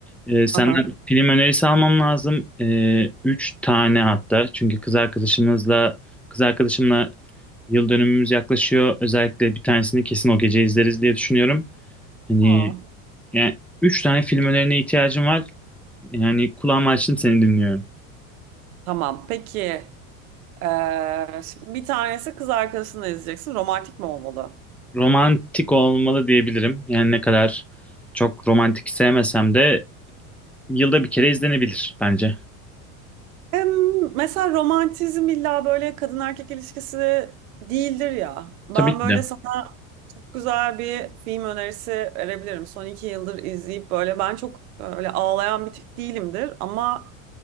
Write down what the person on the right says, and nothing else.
Aha.
Aa.
Tamam. Peki. eee, şimdi bir tanesi kız arkadaşını izleyeceksin. Romantik mi olmalı?
Em, mesela romantizm illa böyle kadın erkek ilişkisi değildir ya. Ben
böyle
sana çok güzel bir film önerisi verebilirim. Son iki yıldır izleyip böyle ben çok öyle ağlayan bir tip değilimdir. Ama